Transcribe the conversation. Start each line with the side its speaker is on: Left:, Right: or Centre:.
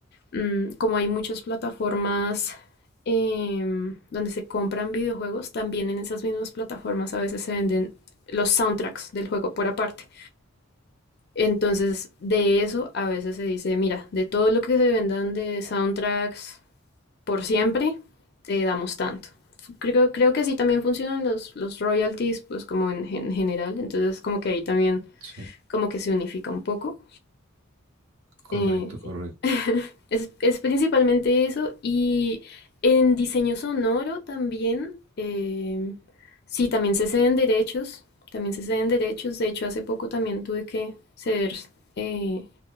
Left: Mm, como hay muchas plataformas em, donde se compran videojuegos, también en esas mismas plataformas a veces se venden los soundtracks del juego por aparte. Entonces, de eso a veces se dice, mira, de todo lo que se vendan de soundtracks por siempre, te damos tanto. Creo, creo que así también funcionan los, los royalties, pues como en, en general. Entonces, como que ahí también
Right: Sí,
Left: como que se unifica un poco.
Right: correcto,
Left: Eh, sí.
Right: correcto.
Left: <laughs> es, es principalmente eso. Y en diseño sonoro también, eh, sí, también se ceden derechos, también se ceden derechos. De hecho, hace poco también tuve que ceder eh,